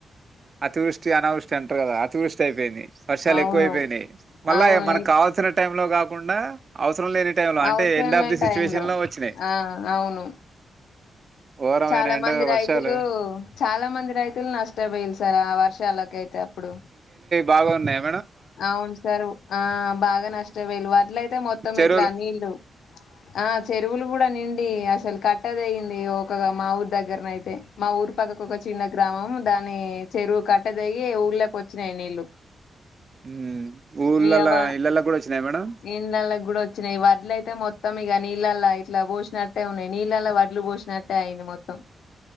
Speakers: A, on the right; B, on the left.
A: అతివృష్టి అనావృష్టి అంటారు కదా అతి వృష్టి అయిపోయింది వర్షాలు
B: అవును.
A: ఎక్కువయిపోయినాయి మళ్ళా
B: అవును
A: మనకు
B: ఎ
A: కావాల్సిన టైం లో కా ఇడున్న అవసరం లేని టైం లో అంటే
B: అవసరం
A: ఎండ్ అప్
B: లేని
A: ది సిచ్యువేషన్
B: టైంలో
A: లో వచ్చినాయి
B: ఆ! అవును.
A: ఘోరమైన
B: చాలా
A: ఎండ
B: మంది రైతులు
A: వర్షాలు
B: చాలా మంది రైతులు నష్ట పోయిల్స్ చర ఆ వర్షాలకు అయితే అప్పుడు
A: బాగున్నాయి
B: అవును సార్ ఆ బాగా నష్ట వెళ్లు <unintelligible> అయితే మొత్తం
A: చెరువులు
B: ఇట్లా నీళ్ళు ఆ చెరువులు కూడా నిండి అసలు కట్ట తెగింది ఒకగా మా ఊరు దగ్గరన అయితే మా ఊరు ఈ పక్కకు ఒక చిన్న గ్రామం దాని అని చెరువు కట్ట తేగి ఊళ్ళొకి వచ్చినాయి నీళ్ళు
A: హ్మ్ ఊర్లలో
B: ఇగ వ
A: ఇళ్లలోకి కూడా వచ్చినాయ మేడం
B: ఇండ్లల్లకి గూడా వచ్చినయి. వడ్లయితే మొత్తం ఇక నీళ్ళలా ఇట్లా పోసినట్టే ఉంది. నీళ్ళల్లో వడ్లు పోసినట్టే అయింది మొత్తం